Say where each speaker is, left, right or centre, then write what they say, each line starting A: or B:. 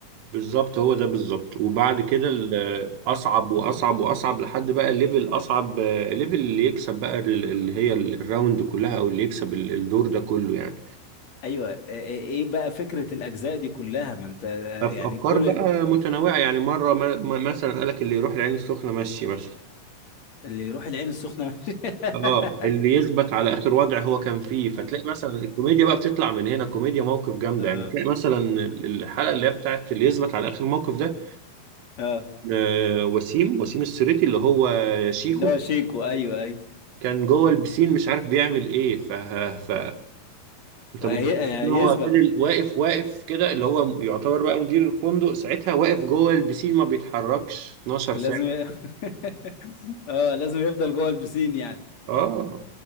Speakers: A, on the right; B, on the left.
A: بالظبط هو ده بالظبط وبعد كده ال- اصعب واصعب واصعب لحد بقى ليفل اصعب آه، ليفل اللي يكسب بقى ال- اللي هي ال- الراوند كلها او اللي يكسب ال- الدور ده كله يعني
B: ايوه إيه إيه إيه بقى فكرة الاجزاء دي كلها ما انت آه،
A: أف-
B: يعني
A: افكار
B: كل
A: بقى متنوعه يعني مره ما ما- مثلا قالك اللي يروح العين السخنه مشي مثلا
B: اللي يروح العين السخنة ماشي.
A: اه
B: <laughs>
A: اللي يثبت على اخر وضع هو كان فيه فتلاقي مثلا الكوميديا بقى بتطلع من هنا كوميديا موقف جامده
B: اه
A: يعني تلاقي مثلا ال- الحلقه اللي هي بتاعت اللي يثبت على اخر موقف ده
B: اه
A: آه، وسيم وسيم السريتي اللي هو شيكو
B: اللي هو شيكو ايوه ايوه
A: كان جوه البسين مش عارف بيعمل ايه ف ف انت
B: وهيثبت
A: متخيل ان هو فضل واقف واقف كده اللي هو يعتبر بقى مدير الفندق ساعتها واقف جوه البسين ما بيتحركش 12
B: لازم
A: ساعة
B: ي- <laughs> اه لازم يفضل جوه البسين يعني
A: اه